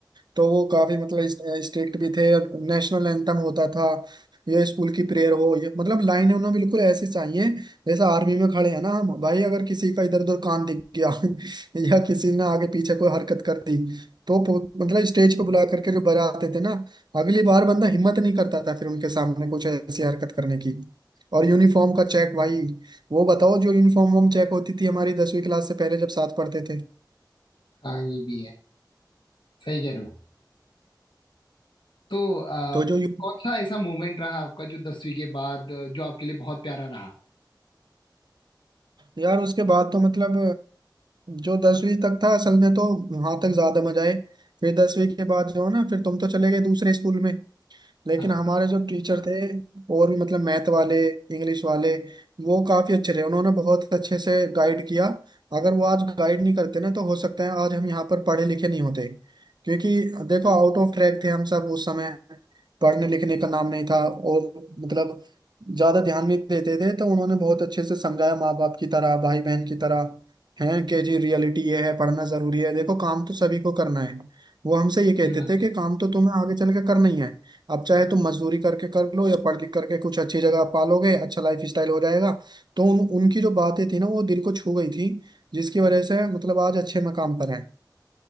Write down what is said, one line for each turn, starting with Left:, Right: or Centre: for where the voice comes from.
Right: तो वो काफी मतलब स्ट्रिक्ट भी थे और नेशनल एंथम होता था ये स्कूल की प्रेयर हो ये मतलब लाइनें उन्हें बिल्कुल ऐसी चाहिए जैसे आर्मी में खड़े हैं ना हम भाई अगर किसी का इधर उधर कान दिख गया <laughs> या किसी ने आगे पीछे कोई हरकत कर दी तो पो- मतलब स्टेज पे बुला करके जो बजाते थे ना अगली बार बंदा हिम्मत नहीं करता था फिर उनके सामने कुछ ऐसी हरकत करने की और यूनिफॉर्म का चेक भाई वो बताओ जो यूनिफॉर्म वॉर्म चेक होती थी हमारी दसवीं क्लास से पहले जब साथ पढ़ते थे
Left: हाँ ये भी है सही कह रहे हो तो अ,
Right: तो जो यू-
Left: कौन सा ऐसा मोमेंट रहा आपका जो दसवीं के बाद अ, जो आपके लिए बहुत प्यारा रहा
Right: यार उसके बाद तो मतलब जो दसवीं तक था असल में तो वहां तक ज्यादा मजा आए फिर दसवीं के बाद जो है ना फिर तुम तो चले गए दूसरे स्कूल में लेकिन
Left: हाँ
Right: हमारे जो टीचर थे और भी मतलब मैथ वाले इंग्लिश वाले वो काफी अच्छे रहे उन्होंने बहुत अच्छे से गाइड किया अगर वो आज गाइड नहीं करते ना तो हो सकता है आज हम यहाँ पर पढ़े लिखे नहीं होते क्योंकि देखो आउट ऑफ ट्रैक थे हम सब उस समय पढ़ने लिखने का नाम नहीं था और मतलब ज्यादा ध्यान नहीं देते थे तो उन्होंने बहुत अच्छे से समझाया माँ बाप की तरह भाई बहन की तरह हैं कि जी रियलिटी ये है पढ़ना जरूरी है देखो काम तो सभी को करना है वो हमसे ये कहते
Left: ये बात
Right: थे
Left: भी
Right: कि
Left: है।
Right: काम तो तुम्हें आगे चल के करना ही है अब चाहे तुम मजदूरी करके कर लो या पढ़ लिख करके कुछ अच्छी जगह पालोगे अच्छा लाइफ स्टाइल हो जाएगा तो उन, उनकी जो बातें थी ना वो दिल को छू गई थी जिसकी वजह से मतलब आज अच्छे मकाम पर हैं